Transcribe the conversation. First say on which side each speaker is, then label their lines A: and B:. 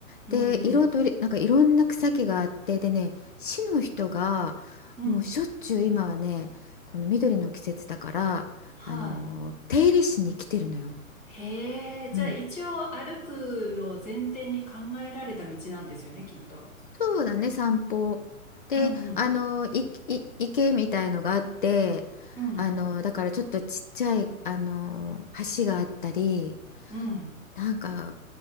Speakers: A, on the left; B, on the left.
A: うんうん、
B: で色とりなんかいろんな草木があってでね市の人が
A: うん、
B: もうしょっちゅう今はねこの緑の季節だからあのー手入れしに来てるのよ。
A: はい。へえ、じゃあ一応歩くのを前提に考えられた道なんですよね、
B: うん。
A: きっと。
B: そうだね散歩。であのーいい池みたいのがあって
A: うんうん、うん、
B: あのーだからちょっとちっちゃいあのー橋があったり
A: うん、
B: なんか